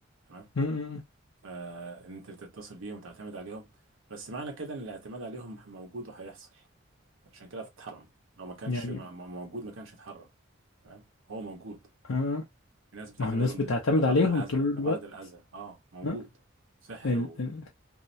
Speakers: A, on the right; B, on the left.
A: تمام
B: م- م-
A: فان انت تتصل بيهم وتعتمد عليهم بس معنى كده ان الاعتماد عليهم موجود وهيحصل عشان كده اتحرم لو ما كانش
B: يعني
A: م- م- موجود ما كانش اتحرم تمام هو موجود
B: آه.
A: في ناس بتعتبر
B: ما هو الناس
A: ل-
B: بتعتمد
A: لغرض
B: عليهم
A: الأذى
B: طول الوقت
A: لغرض الأذى اه موجود
B: آه.
A: سحر
B: ال...
A: وخد
B: ال...